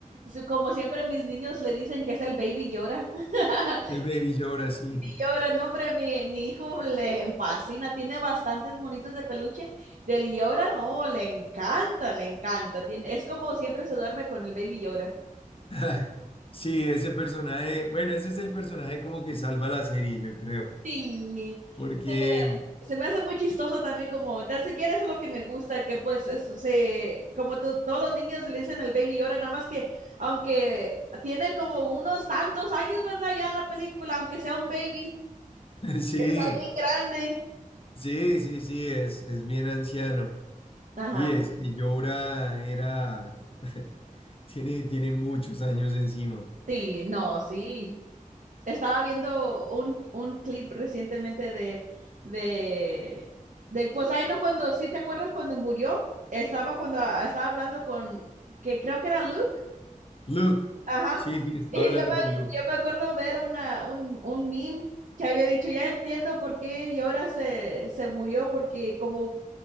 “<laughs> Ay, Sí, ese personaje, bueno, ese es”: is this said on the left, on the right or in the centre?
Left